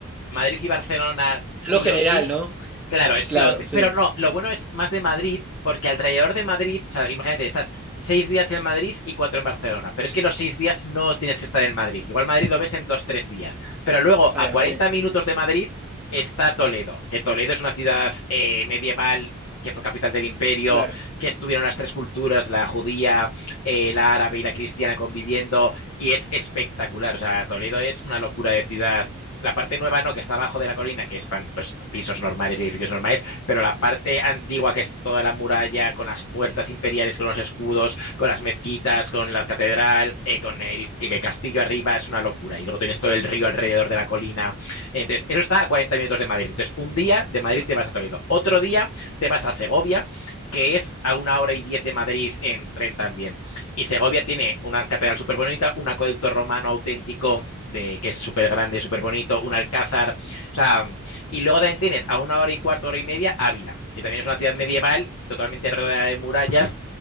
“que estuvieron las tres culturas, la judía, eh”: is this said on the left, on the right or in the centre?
Left